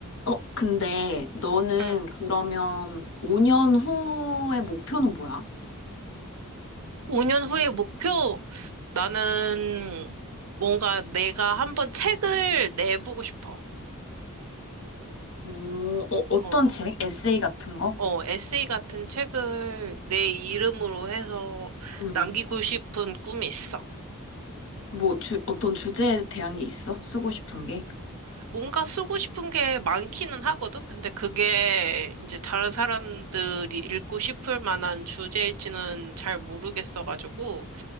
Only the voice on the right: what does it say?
응.
5년 후의 목표? 나는 뭔가 내가 한번 책을 내보고 싶어.
어,
어, 에세이 같은 책을 내 이름으로 해서
남기고 싶은 꿈이 있어.
뭔가 쓰고 싶은 게 많기는 하거든? 근데 그게 이제 다른 사람들이 읽고 싶을 만한 주제일지는 잘 모르겠어가지고,